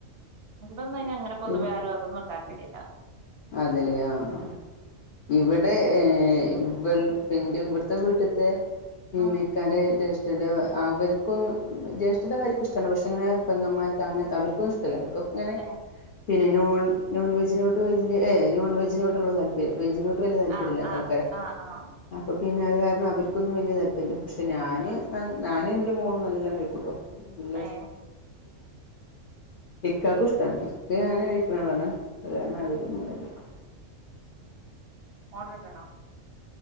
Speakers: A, on the right (about 60°); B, on the left (about 65°).
A: ഇവിടൊന്നും അയിന് അങ്ങനെ പൊതുവെ
B: പിന്നെ
A: ആരും അതൊന്നും ഉണ്ടാക്കലില്ല
B: അതേല്ലേ ആഹ് ഇവിടെ ഏഹ് ഇപ്പൊ എന്റെ ഇവിടുത്തെ വീട്ടിത്തെ പിന്നെ
A: ഉം
B: ഇക്കാടെ ജ്യേഷ്ഠൻ്റെ അവർക്കൊന്നും ജ്യേഷ്ഠൻ്റെ ഭാര്യക്കും ഇഷ്ടമാണ് പക്ഷേ ഇങ്ങനെ പെങ്ങമാർക്ക് അങ്ങനത്തെ അവർ ഇഷ്ടവില്ല അവർക്ക് ഒക്കെ അങ്ങനെ
A: ഏഹ്
B: പിന്നെ നോൺ നോൺ വെജിനോട് വല്ല്യ നോൺ വെജിനോടുള്ളു താൽപര്യം വെജിനോട് വലിയ താല്പര്യം
A: ആഹ്
B: ഇല്ല
A: ആഹ്
B: തൽക്കാലം
A: ആഹ് ആഹ്
B: അപ്പം പിന്നെ അത് കാരണം അവർക്കൊന്നും വലിയ താല്പര്മില്ല പക്ഷെ ഞാന്
A: ആഹ്
B: ഞാനും എന്റെ മോളും നല്ലോം കഴിക്കൂട്ടോ നല്ല
A: ഏഹ്
B: ഇക്കാക്കും ഇഷ്ടമാണ് ഇക്ക അങ്ങനെ കഴിക്കുന്ന ആളാണ് അത് കാരണം അവര് നല്ലോം കഴിക്കും
A: ഓഡറാക്കണോ